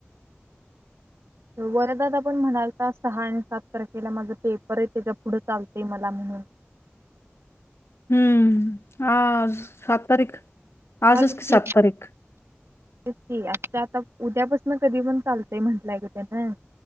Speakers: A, on the right (about 80°); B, on the left (about 70°).
A: वरदादा पण म्हणालता सहा आणि सात तारखेला माझं पेपर आहेत. तेच्या पुढं चालतय मला म्हणून
B: हम्म. आज सात तारीख आजच
A: आज
B: की सात
A: तेच
B: तारीख.
A: की आजच्या आता उद्यापासून कधी पण चालतंय म्हंटलाय ग त्यानं.